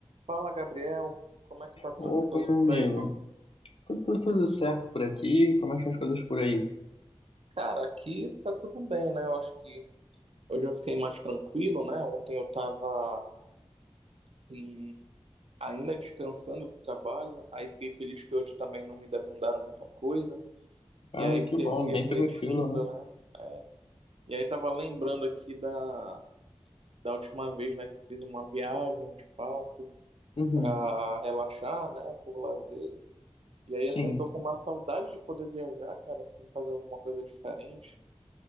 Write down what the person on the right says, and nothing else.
Fala, Gabriel. Como é que tá tu-
as coisas
por aí, meu
amigo?
Cara, aqui tá tudo bem, né? Eu acho que hoje eu fiquei mais tranquilo, né? Ontem eu tava, assim, ainda descansando do trabalho, aí fiquei feliz que hoje também não me demandaram muita coisa,
e aí fiquei
aqui refletindo,
né? É. E aí tava lembrando aqui da, da última vez, né, que eu fiz uma viagem, de fato,
pra relaxar, né, por lazer. E aí, assim,
tô com uma saudade de poder viajar, cara, assim, fazer alguma coisa diferente